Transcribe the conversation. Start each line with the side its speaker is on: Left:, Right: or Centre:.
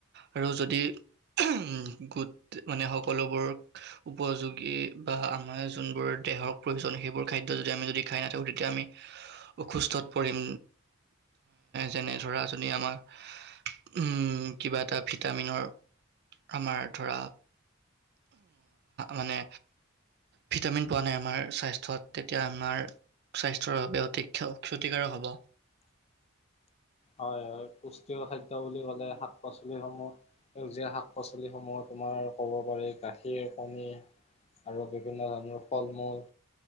Right: আৰু যদি উহ উম সকলোবোৰ উপযোগী বা আমাৰ যোনবোৰ দেহত প্ৰয়োজন খাদ্য সেইবোৰ যদি আমি যদি খাই নাথাকো তেতিয়া আমি অসুস্থত পৰিম যেনে ধৰা যদি আমাৰ উ কিবা এটা ভিটামিনৰ আমাৰ ধৰা মানে ভিটামিন পোৱা নাই আমাৰ স্বাস্থ্যত তেতিয়া আমাৰ স্বাস্থ্যৰ বাবে অতি ক্ষ-ক্ষতিকাৰক হ'ব।
Left: হয় হয় পুষ্টিকৰ খাদ্য বুলি ক'লে শাক-পাচলিসমূহ, সেউজীয়া শাক-পাচলিসমূহ তোমাৰ ক'ব পাৰি গাখীৰ, কণী আৰু বিভিন্ন ধৰণৰ ফল-মূল